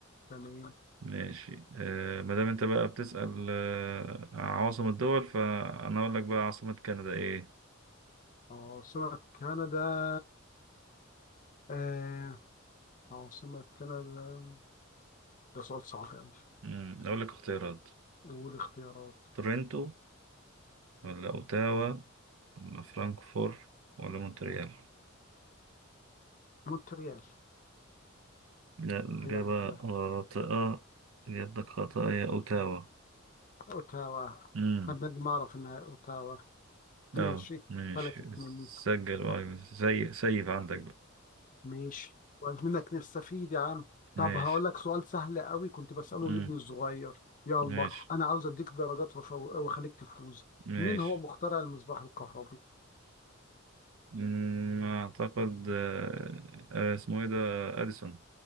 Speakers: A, on the left; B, on the right.
A: تمام
B: ماشي آه ما دام انت بقى بتسأل آه عواصم الدول فانا اقول لك بقى عاصمة كندا ايه
A: أه سمك كندا آه عاصمة كندا ده سؤال صعب أوي
B: مم، اقول لك اختيارات
A: والاختيارات
B: تورنتو ولا اوتاوا ولا فرانكفور ولا مونتريال
A: مونتريال
B: لا الإجابة
A: تهيألي كده
B: خاطئة إجابتك خاطئة هي اوتاوا
A: أوتاوا
B: امم
A: أنا لازم أعرف إنها أوتاوا ماشي
B: اه ماشي
A: فلتت مني
B: سجل بقى
A: طب
B: سي... سيف عندك بقى
A: ماشي كويس منك نستفيد يا عم
B: ماشي
A: طب هقول لك سؤال سهل قوي كنت بسأله
B: امم
A: لابني الصغير يلا
B: ماشي
A: أنا عاوز أديك درجات وفو- وأخليك تفوز
B: ماشي
A: مين هو مخترع المصباح الكهربي؟
B: مم، اعتقد آه، آه، اسمه ايه ده اديسون